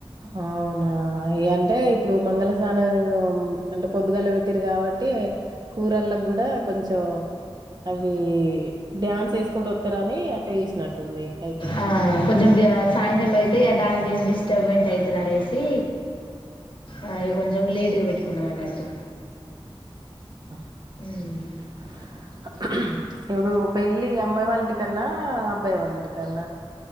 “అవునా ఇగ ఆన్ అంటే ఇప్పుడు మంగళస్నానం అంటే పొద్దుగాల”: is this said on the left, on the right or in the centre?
Right